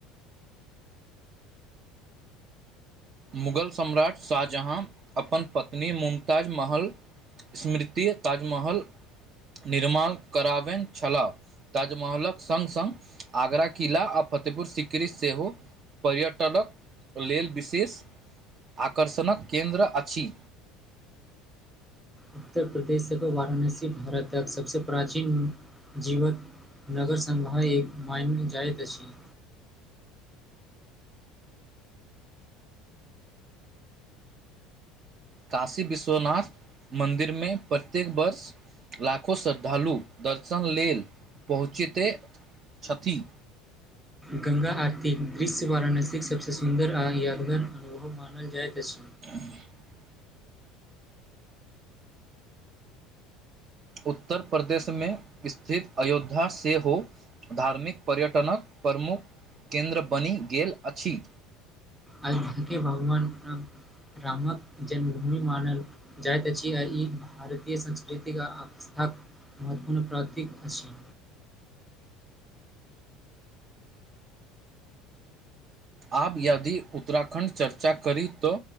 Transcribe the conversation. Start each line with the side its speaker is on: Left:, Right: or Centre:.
Right: मुगल सम्राट शाहजहाँ अपन पत्नी मुमताज महल स्मृति ताजमहल निर्माण कराबैन छलाह। ताजमहलक संग- संग आगरा किला आ फतेहपुर सिकृ सेहो। पर्यटलक लेल विशेष आकर्षणक केंन्द्र अछि।
Centre: उत्तर प्रदेश वाराणसी भारत तक सबसँ प्राचीन जीवक नगरसभा एक माइनल जाइत अछि।
Right: काशी विश्वनाथ मन्दिरमे प्रत्येक वर्ष लाखो श्रद्धालु दर्शन लेल पहुँचैते छथि।
Centre: गंगा आरती दृश्य वाराणसीके सभसँ सुन्दर आ यादगार अनुभव मानल जाइत अछि।
Right: <unintelligible> उत्तर प्रदेशमे स्थित अयोध्या सेहो धार्मिक पर्यटनक प्रमुख केन्द्र बनि गेल अछि।
Centre: अयोध्याके भगवान राम रामक जन्मभूमि मानल जाइत अछि। आ ई भारतीय संस्कृतिक आथा महत्वपूर्ण प्रतिक अछि।
Right: आब यादि उत्तराखण्ड चर्चा करी तो।